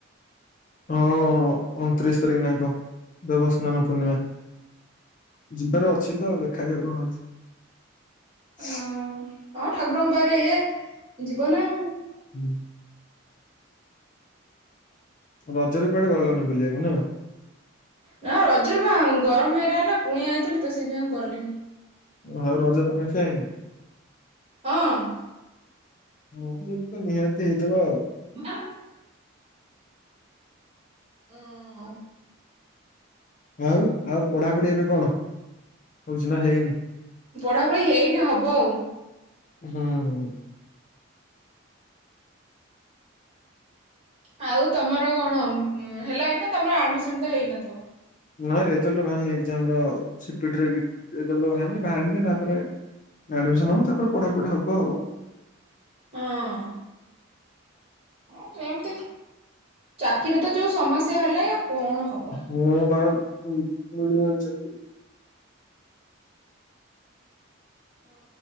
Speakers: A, on the left (about 40°); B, on the right (about 30°).
A: ହଁ ଅଣତିରିଶ ତାରିଖ ନା କ ଦେବସ୍ନାନ ପୂର୍ଣ୍ଣିମା। ଯିବାର ଅଛି ତ ଆଉ ଦେଖାଯାଉ କଣ ହଉଛି।
B: ଅ ହଁ ଠାକୁରଙ୍କ ପାରେ ଇଏ ଯିବ ନା ଆଉ।
A: ହୁଁ। ରଜରେ କୁଆଡେ ଗଲଣିି ବୁଲିବାକୁ ନା।
B: ନା ରଜର ବା ଗରମ ହେଇରା ହେଲା ଗୁଣିଆ ଆଇଥିଲି ତ ସେଇଥିପାଇଁ ଗଲିନି।
A: ଆଉ ରଜ ପାନ କାଇ।
B: ହଁ।
A: ହଁ ଯ ତ ନିହାତି ହେଇଥିବ ଆଉ।
B: ମ <inaudible> ହଁ ଆଉ।
A: ଆଉ ଆଉ ପଢାପଢି ଏବେ କଣ ହଉଛିବା ହେଇନି।
B: ପଢା ପଢି ହେଇନି ହବ ଆଉ।
A: ହଁ।
B: ଆଉ ତମର କଣ ହେଲା ଏଇନା ତମର ଆଡମିସନ ତ ହେଇନଥିବ।
A: ନାଇଁ ରେଜଲ୍ଟ ବାହାରନି ଏକ୍ଜାମର ସିପିଟିର ବାହାରନି ବାହାରିନି ତାପରେ। ଆଡମିସନ ହବ ତାପରେ ପଢାପଢି ହବ ଆଉ।
B: ହଁ। ହ ସେମିତି ଚାକିରି ତ ଯୋଉ ସମସ୍ୟା ହେଲାଇ ଆଉ କଣ ହବ?
A: ମୁଁ ବା ମିଳୁ <unintelligible>
B: ହ।